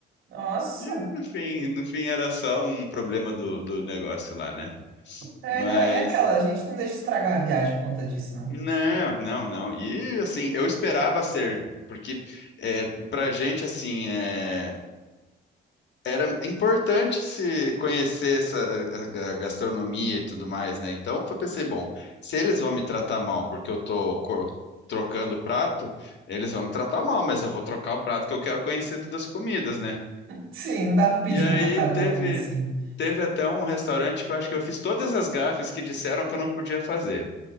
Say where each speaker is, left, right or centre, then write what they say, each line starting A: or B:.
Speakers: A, on the right (about 85°); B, on the left (about 65°).
A: nossa.
B: E no fim, no fim era só um problema do, do negócio lá, né?
A: É,
B: Mas.
A: não, é aquela, a gente não deixa estragar a viagem por conta disso, não.
B: Não, não, não. E assim, eu esperava ser, porque é, pra gente, assim, é, era importante se conhecer essa a- a gastronomia e tudo mais, né? Então, eu pensei, bom, se eles vão me tratar mal porque eu tô co- trocando o prato, eles vão me tratar mal, mas eu vou trocar o prato que eu quero conhecer todas as comidas, né?
A: Sim, não dá pra pedir
B: E aí
A: um pra cada
B: teve
A: um, assim.
B: teve até um restaurante que eu acho que eu fiz todas as gafes que disseram que eu não podia fazer.